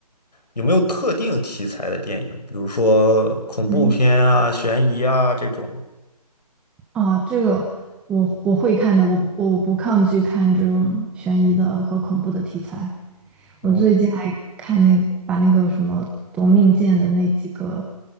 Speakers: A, on the left; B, in the centre.
A: 有没有特定题材的电影？比如说恐怖片啊、
B: 嗯，
A: 悬疑啊这种。
B: 啊，这个我我会看的，我不我不抗拒看这种悬疑的和恐怖的题材。
A: 哦，
B: 我最近还看那把那个什么《夺命剑》的那几个